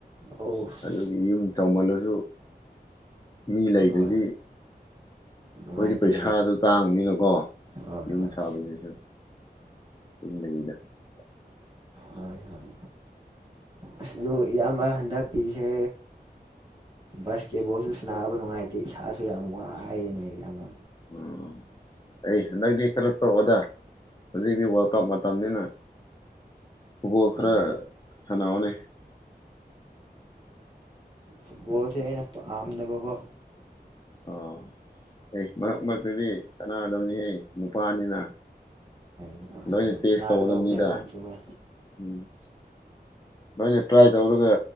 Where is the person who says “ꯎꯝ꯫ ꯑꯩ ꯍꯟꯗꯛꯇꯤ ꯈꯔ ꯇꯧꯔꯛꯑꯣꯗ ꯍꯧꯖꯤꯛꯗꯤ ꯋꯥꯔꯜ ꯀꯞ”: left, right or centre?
Left